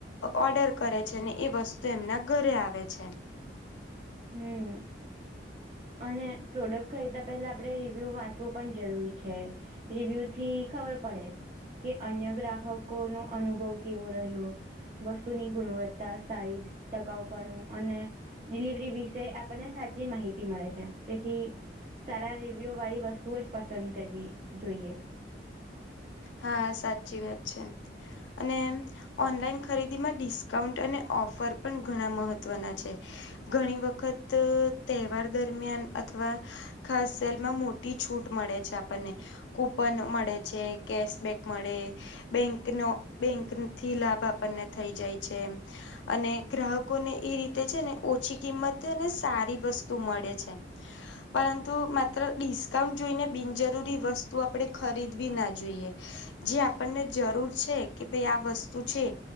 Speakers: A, on the left; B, on the right.
A: ઓર્ડર કરે છે ને એ વસ્તુ એમના ઘરે આવે છે
B: હમ અને પ્રોડક્ટ ખરીતા પહેલા આપડણે રિવ્યુ વાંચવો પણ જરૂરી છે રિવ્યુ થી ખબર પડે કે અન્ય ગ્રાહકો નો અનુભવ કેવો રહ્યો વસ્તુની ગુણવત્તા સાઈઝ ટકાઉપણું અને ડિલિવરી ઇ વિશે આપણને સાચી માહિતી મળે છે તેથી સારા રિવ્યૂ વાળી વસ્તુઓ જ પસંદ કરવી જોઈએ.
A: હા સાચી વાત છે અને ઓનલાઈન ખરીદી માં ડિસ્કાઉન્ટ અને ઓફર પણ ઘણા મહત્વના છે. ઘણી વખત તહેવાર દરમિયાન અથવા ખાસ સેલમાં મોટી છૂટ મળે છે. આપણને કૂપન મળે છે. કેશબેક મળે બેંકનો બેંક થી લાભ આપણને થઈ જાય છે. અને ગ્રાહકોને એ રીતે છે ને ઓછી કિંમતે ને સારી વસ્તુ મળે છે. પરંતુ માત્ર ડિસ્કાઉન્ટ જોઈને બિનજરૂરી વસ્તુ આપણેે ખરીદવી ના. જોઈએ જે આપણને જરૂર છે કે ભાઈ આ વસ્તુ છે.